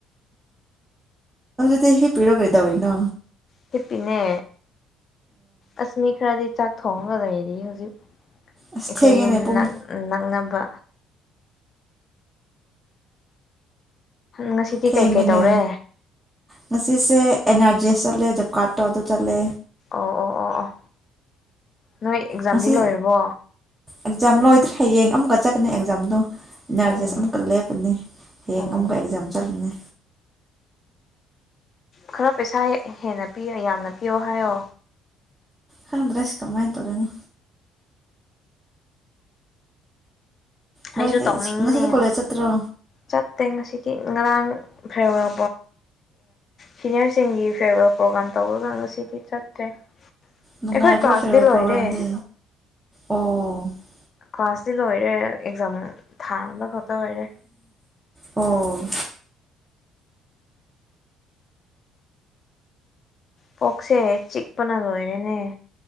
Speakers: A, on the right; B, on the left.
A: ꯗꯤ ꯍ ꯄꯤꯔ ꯀꯔꯤꯗꯣꯏ ꯅ
B: ꯁꯤ ꯄꯅꯦ ꯑꯁꯃꯤ ꯈꯔꯗꯤ ꯆꯥꯛ ꯊꯣꯡꯉꯒ ꯂꯩꯔꯔꯤ ꯍꯧꯖꯤꯛ
A: ꯑꯁ
B: ꯑꯩꯈꯣꯏ
A: ꯊꯦꯡꯉꯦꯅꯦ
B: ꯌꯨꯝ
A: ꯄꯨꯡ
B: ꯅꯛꯅꯕ ꯉꯁꯤꯗꯤ
A: ꯊꯦꯡꯉꯦꯅꯦ
B: ꯀꯩ ꯀꯩ ꯇꯧꯔꯦ
A: ꯉꯁꯤꯁꯦ ꯑꯦꯟ ꯑꯔꯖꯤ ꯑꯦꯁ ꯆꯠꯂꯦ ꯖꯣꯕ ꯀꯥꯔꯗꯠꯇꯣ ꯑꯗꯨ ꯆꯠꯂꯦ
B: ꯑꯣ ꯑꯣ ꯑꯣ ꯑꯣ ꯅꯣꯏ ꯑꯦꯛꯖꯥꯝꯗꯤ
A: ꯉꯁꯤ
B: ꯂꯣꯏꯔꯕꯣ
A: ꯑꯦꯛꯖꯥꯝ ꯂꯣꯏꯗ꯭ꯔꯦ ꯍꯌꯦꯡ ꯑꯃꯨꯛꯀ ꯆꯠꯀꯅꯤ ꯑꯦꯛꯖꯥꯝꯗꯣ
B: ꯑꯣ
A: ꯏ ꯑꯥꯔꯖꯤꯁ ꯑꯃꯛꯀ ꯂꯦꯞꯄꯅꯤ ꯍꯌꯦꯡ
B: ꯑꯣ
A: ꯑꯃꯨꯛꯀ ꯑꯦꯛꯖꯥꯝ ꯆꯠꯂꯅꯤ
B: ꯈꯔ ꯄꯩꯁꯥ ꯍꯦꯟꯅ ꯄꯤ ꯌꯥꯝꯅ ꯄꯤꯌꯣ ꯍꯥꯏꯌꯣ
A: ꯈꯪꯗ꯭ꯔꯁꯤ ꯀꯝꯃꯥꯏꯅ ꯇꯧꯔꯦꯅ ꯅꯣꯏꯗꯤ
B: ꯑꯩꯁꯨ ꯇꯧꯅꯤꯡꯉ
A: ꯉꯁꯤꯗꯤ ꯀꯣꯂꯦꯖ ꯆꯠꯇ꯭ꯔꯣ
B: ꯆꯠꯇꯦ ꯉꯁꯤꯗꯤ ꯉꯔꯥꯡ ꯐꯦꯋꯦꯜ ꯁꯤꯅꯤꯌꯔꯁꯤꯡꯒꯤ ꯐꯦꯔꯋꯔꯦꯜ ꯄ꯭ꯔꯣꯒꯥ꯭ꯔꯥꯝ ꯇꯧꯔꯒ ꯉꯁꯤꯗꯤ ꯆꯠꯇ꯭ꯔꯦ
A: ꯅꯨꯡꯉꯥꯏꯕ꯭ꯔꯣ
B: ꯑꯩꯈꯣꯏ ꯀ꯭ꯂꯥꯁꯗꯤ
A: ꯐꯦꯔꯋꯦꯜ
B: ꯂꯣꯏꯔꯦ
A: ꯄ꯭ꯔꯣꯒ꯭ꯔꯥꯝꯗꯤ ꯑꯣ
B: ꯀ꯭ꯂꯥꯁꯇꯤ ꯂꯣꯏꯔꯦ ꯑꯦꯛꯖꯥꯝ ꯊꯥꯅꯕ ꯈꯛꯇ ꯂꯔꯦ
A: ꯑꯣ
B: ꯄꯣꯛꯁꯦ ꯆꯤꯛꯄꯅ ꯂꯣꯏꯔꯦꯅꯦ